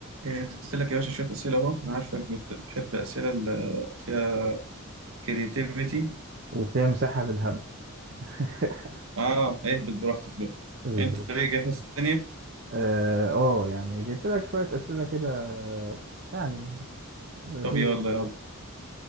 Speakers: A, on the right (about 65°); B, on the right (about 50°).
A: جهزت لك يا باشا شوية أسئلة أهو أنا عارفك بت- بتحب الأسئلة اللي فيها كرياتيفيتي
B: وفيها مساحة للهبد <laughs>
A: آه اهبط براحتك بقى
B: بالظبط
A: أنت إيه جاهز الدنيا؟
B: اه آه، يعني جبت لك شوية أسئلة كده يعني لذيذة
A: طب يلا
B: شوية
A: يلا